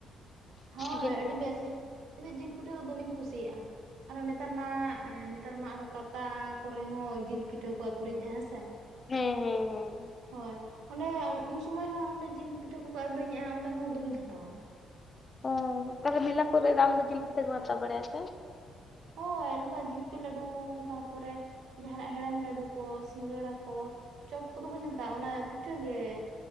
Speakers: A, on the right; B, on the left.
A: ᱦᱳᱭ
B: ᱡᱤᱞ
A: ᱟᱹᱰᱤ
B: ᱯᱤᱴᱷᱟᱹ?
A: ᱵᱮᱥ, ᱤ ᱤᱧᱫᱚ ᱡᱤᱞ ᱯᱤᱴᱷᱟᱹ ᱫᱚ ᱫᱚᱢᱤᱧ ᱠᱩᱥᱤᱭᱟᱜ-ᱟ᱾ ᱟᱨᱚ ᱱᱮᱛᱟᱨ ᱢᱟ ᱮᱸ ᱱᱮᱛᱟᱨ ᱢᱟ ᱟᱨᱚ ᱯᱟᱛᱟ ᱠᱚᱨᱮ ᱦᱚᱸ ᱡᱤᱞ ᱯᱤᱴᱷᱟᱹ ᱠᱚ ᱟᱹᱠᱷᱨᱤᱧᱮᱜ-ᱟ ᱦᱮᱸ ᱥᱮ᱾
B: ᱦᱮᱸ ᱦᱮᱸ ᱦᱮᱸ
A: ᱦᱳᱭ᱾ ᱚᱸᱰᱮ ᱩᱱ ᱥᱩᱢᱟᱹᱭ ᱦᱚᱸ ᱚᱸᱰᱮ ᱡᱤᱞ ᱯᱤᱴᱷᱟᱹ ᱠᱚᱠᱚ ᱟᱹᱠᱷᱨᱤᱧᱮᱜ-ᱟ ᱚᱸᱰᱮ ᱦᱚᱸ ᱫᱚᱢᱤᱧ ᱦᱟᱛᱟᱣᱟ᱾
B: ᱚ ᱛᱟᱞᱦᱮ ᱢᱮᱞᱟ ᱠᱚᱨᱮᱜ ᱫᱚ ᱟᱢᱫᱚ ᱡᱤᱞ ᱯᱤᱴᱷᱟᱹ ᱠᱚᱢ ᱦᱟᱛᱟᱣ ᱵᱟᱲᱟᱭᱟ ᱥᱮ?
A: ᱦᱳᱭ ᱚᱱᱠᱟ ᱡᱤᱞᱯᱤ ᱞᱟᱹᱰᱩ ᱛᱟᱯᱚᱨᱮ ᱡᱟᱦᱱᱟᱜ ᱦᱮᱲᱮᱢ ᱞᱟᱹᱰᱩ ᱠᱚ ᱥᱤᱸᱜᱟᱹᱲᱟ ᱠᱚ᱾ ᱪᱚᱯ ᱠᱚᱫᱚ ᱵᱟᱹᱧ ᱦᱟᱛᱟᱣᱟ ᱚᱱᱟ ᱯᱤᱴᱷᱟᱹ ᱜᱮ,